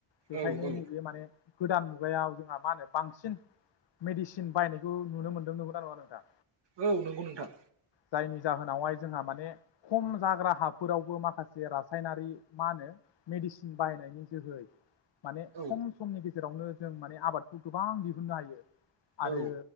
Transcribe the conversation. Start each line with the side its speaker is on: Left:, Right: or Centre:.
Left: बेखायनो
Right: औ औ
Left: नैबे माने गोदान मुगायाव जोंहा मा होनो बांसिन मेडिसिन बायनायखौ नुनो मोनदों नंगौना नङा नोंथां।
Right: औ नंगौ नोंथां।
Left: जायनि जाहोनावहाय जोंहा माने खम जाग्रा हाफोरावबो माखासे रासायनारि मा होनो मेडिसिन बाहायनायनि जोहै माने
Right: औ
Left: खम समनि जेरावनो जों माने आबादखौ गोबां दिहुननो हायो। आरो
Right: औ